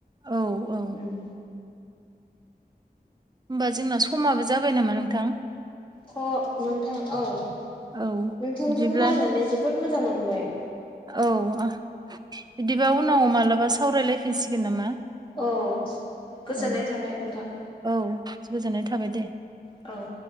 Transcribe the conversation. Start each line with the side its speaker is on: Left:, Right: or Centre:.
Right: औ औ
Left: उम
Right: होमबा जोंना समाबो जाबाय नामा नोंथां?
Left: थ' नोंथां औ नोंथांजों
Right: औ बिदिब्ला
Left: रायलनानै जोबोद मोजां मोनबाय
Right: औ बिदिबा उनाव मालाबा सावरायलायफिनसिगोन नामा?
Left: औ गोजोननाय
Right: औ
Left: थाबाय नोंथां।
Right: औ गोजोननाय थाबाय दे।
Left: औ